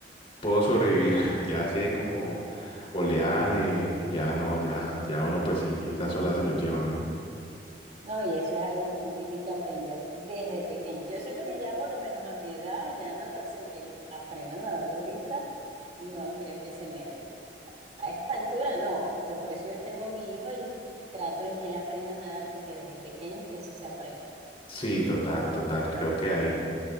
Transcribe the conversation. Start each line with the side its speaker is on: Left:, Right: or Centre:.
Left: puedo sobrevivir. <laughs> Ya si hay como oleaje, ya no, ya, ya uno pues sí, las olas se lo llevan, ¿no?
Right: no, y eso es algo que uno tiene que aprender desde pequeño. Yo siento que ya por lo menos a mi edad, ya natación, que yo aprenda a nadar ahorita, no creo que se me dé. Ya. A esta altura no. O sea, por eso yo tengo a mi hijo y trato de que él aprenda a nadar porque desde pequeño es que eso se aprende.
Left: Sí, total, total. Creo que hay,